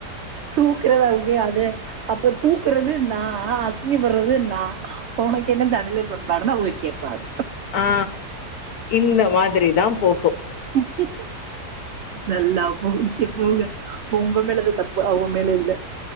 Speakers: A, on the right (about 85°); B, on the left (about 70°).
A: தூக்கற இல்ல அதுக்கே அது அப்ப தூக்கறது நா அசிங்கப்படுறது நா ஒனக்கு என்ன தமிழர் பண்பாடுன்னு அவுக கேப்பாக
B: ஆ இந்த மாதிரி தா போ
A: <unintelligible> நல்ல அப்போ கேப்பாங்க உங்க மேலதா தப்பு அவுங்க மேல இல்ல